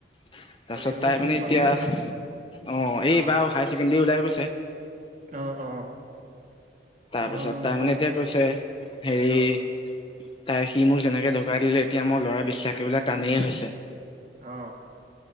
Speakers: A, on the left (about 25°); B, on the right (about 40°).
A: তাৰপিছত
B: কলিকণো
A: তাই
B: চিনি
A: মানে
B: পাওঁৱেই
A: এতিয়া, অঁ
B: অ
A: এইবাৰ হায়াৰ ছেকেণ্ডৰী ওলাই গৈছে।
B: অ অ।
A: তাৰপিছত
B: অ
A: তাৰমানে
B: এইবাৰ ওলাইছে
A: এতিয়া কৈছে, হেৰি
B: অ
A: তাই সি মোক যেনেকে ধকা দিলে এতিয়া মোৰ ল'ৰা বিশ্বাস কৰিবলৈ টানেই হৈছে।
B: অ